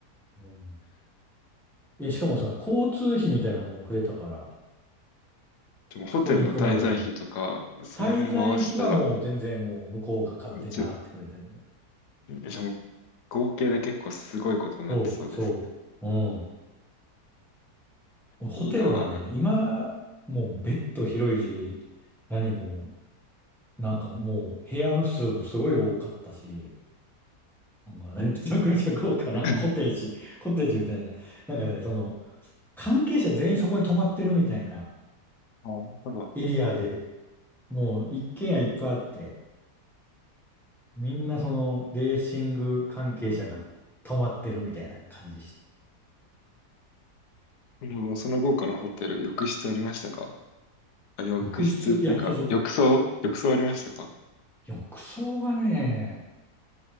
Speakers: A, in the centre; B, on the left.
A: うん。え、しかもさ、交通費みたいなのもくれたから、
B: でもホテルの滞在費とか、
A: そこに行くまでの。
B: その辺回したら、
A: 滞在費はもう全然もう向こうが勝手に払ってくれてるんで。
B: じ、じゃあもう合計で結構すごいことになってそうですね。
A: そう、そう。うん。ホテルはね、
B: いいな
A: 今、もうベッド広いし、何も、なんかもう部屋数もすごい多かったし、なんかねめちゃくちゃ豪華なコテージ、
B: ぁ。うんなる
A: コテージみたいな。なんかね、その、関係者全員そこに泊まってるみたいな
B: ほど
A: エリアで、もう一軒家いっぱいあって、みんなそのレーシング関係者が泊まってるみたいな感じでした。
B: <laughs>。もうその後からホテル、浴室ありましたかあ浴室というか、
A: 浴室、いや、そうそう。
B: 浴槽浴槽ありましたか
A: 浴槽がね、